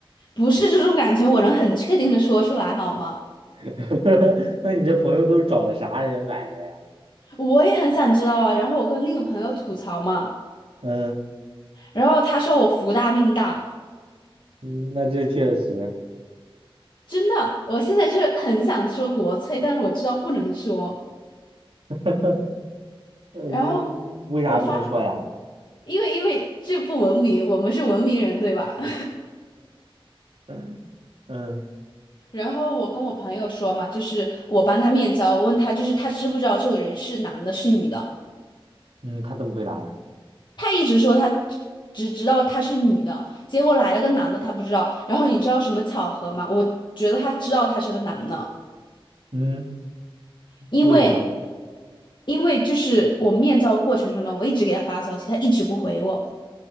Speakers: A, on the left (about 50°); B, on the right (about 75°).
A: 不是这种感觉，我能很确定的说出来好吗？
B: <laughs> 那你这朋友都是找的啥人买的呀？
A: 我也很想知道啊。然后我跟另一个朋友吐槽嘛。
B: 嗯，
A: 然后他说我福大命大，
B: 嗯那这确实，
A: 真的，我现在就是很想说国粹，但是我知道不能说。
B: <laughs> 呃，
A: 然后
B: 为啥不能说呀？
A: 我发，因为因为这不文明，我们是文明人，对吧？<laughs>
B: <laughs> 嗯
A: 然后我跟我朋友说嘛，就是我帮他面交，我问他就是他知不知道这个人是男的，是女的。
B: 嗯，他怎么回答呀？
A: 他一直说他只只知道他是女的，结果来了个男的，他不知道。然后你知道什么巧合吗？我觉得他知道他是个男的，
B: 嗯，
A: 因为。
B: 为什么？
A: 因为这是我面交过程中呢，我一直给他发消息，他一直不回我。